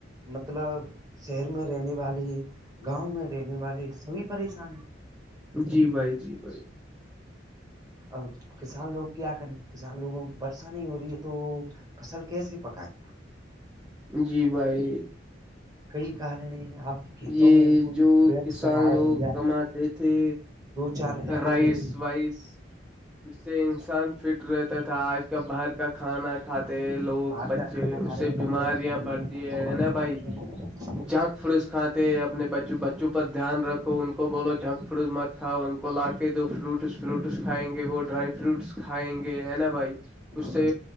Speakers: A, on the right; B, in the centre.
A: مطلب شہر میں رہنے والی گاؤں میں رہنے والے سبھی پریشانی
B: جی بھائی جی بھائی
A: اور کسان لوگ کیا کریں کسان لوگوں کو برسا نہیں ہو رہی ہے تو فصل کیسی پکائی
B: جی بھائی
A: کئی کارن آپ کھیتوں
B: یہ
A: میں کوئی
B: جو
A: پرچ
B: کسان
A: لگائے
B: لوگ
A: بڑھیا
B: کماتے تھے
A: دو چار ہزار
B: رائس
A: روپئے کی
B: وائس اس سے انسان فٹ رہتا تھا آج کال باہر کا کھانا کھاتے ہیں لوگ
A: باہر
B: بچے
A: کا کھانا کھا
B: اس
A: رہے
B: سے
A: ہیں نوڈل
B: بیماریاں
A: چائنیز
B: بڑھتی ہے نا بھائی
A: <unintelligible>
B: جگ پس کھاتے ہیں اپنے بچ بچوں پر دھیان رکھو ان کو بولو جھنک فروز مت کھاؤ ان کو لا کے دو فروٹ ف فروٹس کھائیں گے وہ ڈرائی فروٹس کھائیں گے ہے نا بھائی
A: ہاں
B: اس
A: بھائی
B: سے